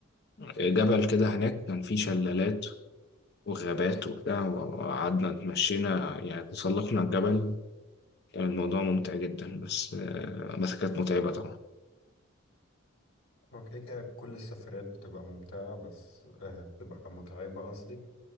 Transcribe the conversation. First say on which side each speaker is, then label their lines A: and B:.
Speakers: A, on the left (about 55°); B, on the left (about 80°).
A: جبل كده هناك كان فيه شلالات وغابات وبتاع وقعدنا اتمشينا يعني تسلقنا الجبل كان الموضوع ممتع جدا بس آه، بس كانت متعبة طبعا
B: هو كده كده كل السفريات بتبقى ممتعة بس آه، بتبقى متعبة قصدي